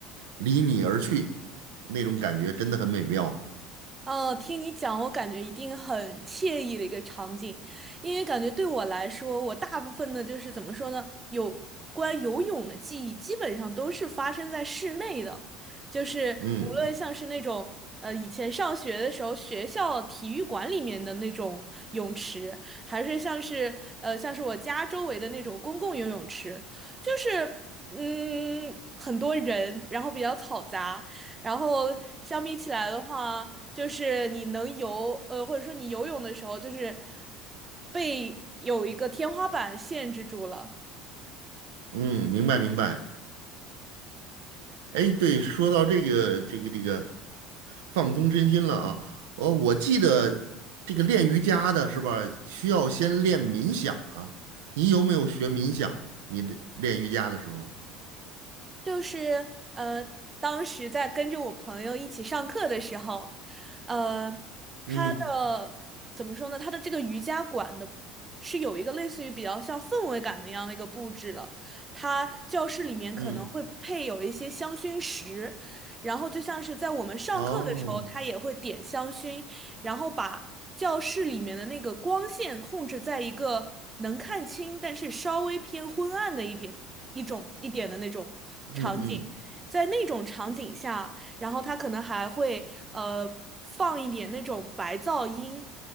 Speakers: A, on the right; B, on the right.
A: 离你而去，那种感觉真的很美妙。
B: 哦，听你讲，我感觉一定很惬意的一个场景，因为感觉对我来说，我大部分的就是怎么说呢，有关游泳的记忆，基本上都是发生在室内的，就是无论像是那种呃以前上学的时候学校体育馆里面的那种泳池，
A: 嗯
B: 还是像是呃像是我家周围的那种公共游泳池，就是嗯很多人，然后比较嘈杂。然后相比起来的话，就是你能游，呃，或者说你游泳的时候，就是被有一个天花板限制住了。
A: 嗯，明白明白。哎，对，说到这个这个这个放松身心了啊，哦，我记得这个练瑜伽的是吧，需要先练冥想啊。你有没有学冥想？你练练瑜伽的时候？
B: 就是呃，当时在跟着我朋友一起上课的时候，呃，他的怎么说呢？
A: 嗯
B: 他的这个瑜伽馆的是有一个类似于比较像氛围感的一样的一个布置了。他教室里面可能会配有一些香薰石，
A: 嗯，
B: 然后就像是在我们上课的时候，
A: 哦。
B: 他也会点香薰，然后把教室里面的那个光线控制在一个能看清，但是稍微偏昏暗的一点。一种一点的那种场景，
A: 嗯嗯，
B: 在那种场景下，然后他可能还会呃放一点那种白噪音，